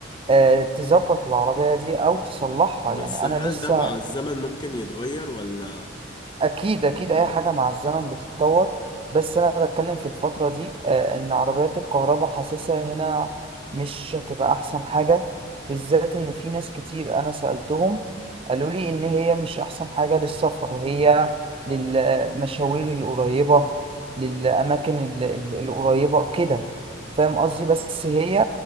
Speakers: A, on the right; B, on the left.
A: آه، تظبط العربية دي أو تصلحها
B: بس
A: يعني
B: هل
A: أنا لسه
B: ده مع الزمن ممكن يتغير ولا
A: اكيد اكيد اي حاجه مع الزمن بتتطور بس انا بتكلم في الفتره دي آه، ان عربيات الكهرباء حاسسها هنا مش هتبقى احسن حاجه بالذات ان في ناس كتير انا سالتهم قالوا لي ان هي مش احسن حاجه للسفر هي للمشاوير القريبه للاماكن ال- ال- القريبه كده فاهم قصدي بس هي